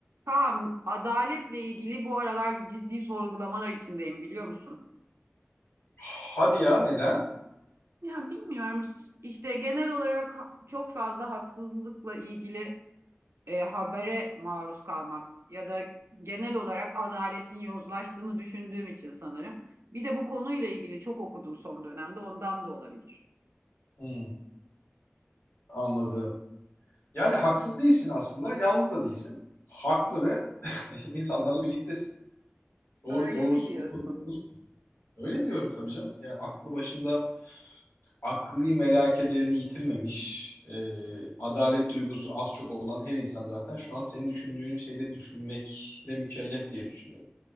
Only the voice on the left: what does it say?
Hadi ya neden?
Hmm, anladım. Yani haksız değilsin aslında, yalnız da değilsin. Haklı ve <laughs> insanlarla birliktesin. Doğru,
doğrusu,
doğru, doğrusu. Öyle diyorum tabii canım. Yani aklı başında akli melekelerini yitirmemiş, e, adalet duygusu az çok olan her insan zaten şu an senin düşündüğün şeyleri düşünmekle mükellef diye düşünüyorum.